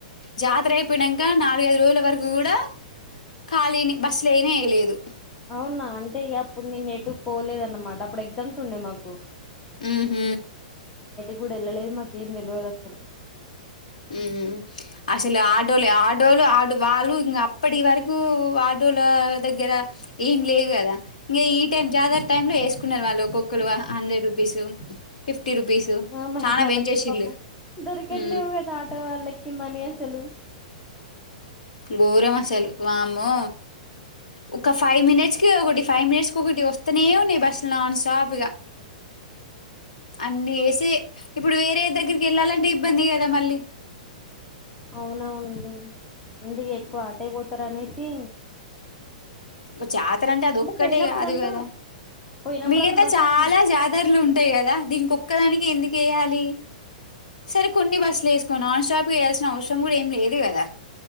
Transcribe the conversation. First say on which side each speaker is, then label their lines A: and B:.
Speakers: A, on the left; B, on the left.
A: జాతర అయిపోయినంక నాలుగైదు రోజుల వరకు కూడా ఖాలినే బస్సులేయనే ఎయలేదు
B: అవునా అంటే ఇగ అప్పుడు నేనెటు పోలేదన్నమాట అప్పుడు ఎగ్జామ్స్ ఉండే మాకు
A: మ్ హు
B: గుడెల్లలేదు మాకేం తెల్వదసలు
A: మ్ అసలు ఆడోలే ఆడోలు ఆడు వాళ్ళ ఇంగప్పటి వరకూ అట్ టోల దగ్గర ఏం లేవు కదా ఇంగ ఈ టైం జాతర టైమ్ లేసుకున్నారు వాళ్ళోక్కొక్కరు వా హండ్రెడ్ రుపీసు, ఫిఫ్టీ రుపీసు
B: ఆ మరి
A: చాన
B: వాళ్ళకి
A: బెంచేసిండు.
B: పాపం దొరికట్లేవు
A: ఉ
B: కదా వాళ్ళకి మనీ అసలూ
A: ఘోరమసలు వామ్మో ఒక ఫైవ్ మినిట్స్కి ఒకటి ఫైవ్ మినిట్స్కి ఒకటి వస్తూనే ఉన్నాయి. బస్సులు నాన్ స్టాప్గా అన్ని ఏసి ఇప్పుడు వేరే దగ్గరికేళ్ళాలంటే ఇబ్బంది గద మళ్ళీ <inaudible>
B: అవునఅవును అందుకె ఎక్కువ అటేపోతరనేసి
A: గ జాతర అంటే అది ఒక్కటే
B: పోయినప్పుడల్లా
A: గాద్ గద
B: పోయినప్పుడల్లా
A: మిగత
B: బస్సెస్
A: చాలా జాతరలు ఉంటయ్ గద. దీనికొక్కదానికి ఎందుకు ఏయాలి. సరే కొన్ని బస్సులు ఏసుకొన్ నాన్ స్టాప్ ఏయాల్సిన అవసరం గుడ ఏం లేద్ గద